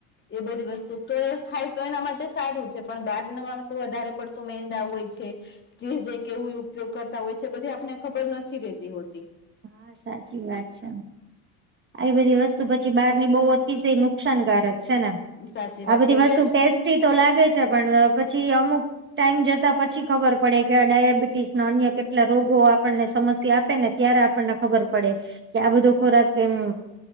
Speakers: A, on the left; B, on the right.
A: એ બધી વસ્તુ તો ખાય તો એના માટે સારું છે પણ બાર <unintelligible> તો વધારે પડતું મેંદા હોય છે. <unintelligible> કેવું ઉપયોગ કરતા હોય છે બધી આપને ખબર નથી રેતી હોતી
B: હા સાચી વાત છે. આવી બધી વસ્તુ પછી બારની બહુ અતિશય નુકસાનકારક છે ને
A: સાચી
B: આ
A: વાત
B: બધી
A: છે એટલે
B: વસ્તુ
A: જ
B: ટેસ્ટી તો લાગે છે પણ પછી અમુક ટાઈમ જતા પછી ખબર પડે કે આ ડાયાબિટીસનો અન્ય કેટલા રોગો આપણને સમસ્યા આપેને ત્યારે આપણને ખબર પડે કે આ બધો ખોરાક એમ